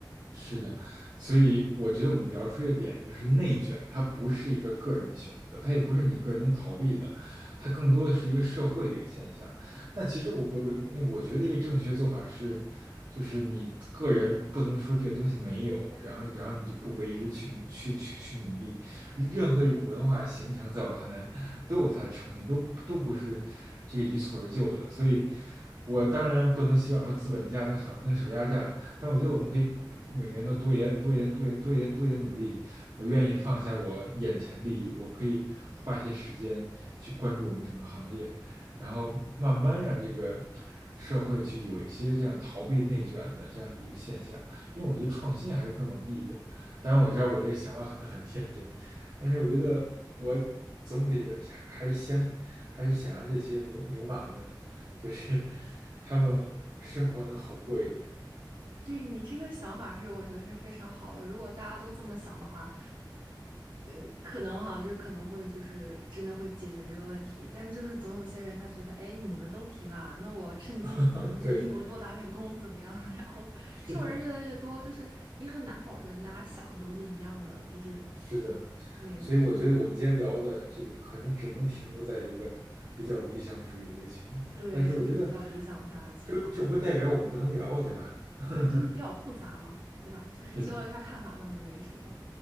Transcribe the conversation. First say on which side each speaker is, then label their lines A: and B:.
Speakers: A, on the right; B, on the right.
A: 是的，所以我觉得我们聊出一个点，就是内卷，它不是一个个人的选择，它也不是你个人能逃避的，它更多的是一个社会的一个现象。但其实我我我我觉得一个正确做法是，就是你个人不能说这个东西没有，然后然后你就不为之去努去去去努力。任何一种文化形成，在我看来都有它的成因，都都不是这个一蹴而就的。所以，我当然不能希望说资本家能少能少压榨，但我觉得我们可以每个人都多一点、多一点、多一点、多一点、多一点努力。我愿意放下我眼前的利益，我可以花一些时间去关注我们整个行业，然后慢慢让这个社会去有一些这样逃避内卷的这样的一个现象。因为我觉得创新还是更有意义的。当然，我知道我这个想法可能很天真，但是我觉得我总体还是想还是想让这些牛牛马们，就是 <laughs> 他们生活能好过一点。
B: 对你这个想法是，我觉得是非常好的。如果大家都这么想的话，嗯，可能哈，这可能会就是真的会解决这个问题，但就是总有些人他觉得，哎，你们都停了啊，那我趁机就是努努力，
A: <laughs> 啊，对，
B: 我多打点工怎么样？<laughs> 然后这种人越来越多，
A: 是的，
B: 就是你很难保证大家想的都是一样的，就是
A: 是的，
B: 对，
A: 所以我觉得我们今天聊的这个可能只能停留在一个比较理想主义的一个情况下，
B: 就对，
A: 但是我觉得
B: 就是比较理想下的情况下，
A: 这这不代表我们不能聊，对吧？<laughs>
B: 对，就是比较复杂嘛，对吧？就是交流一下看法倒是没什么。
A: 是的，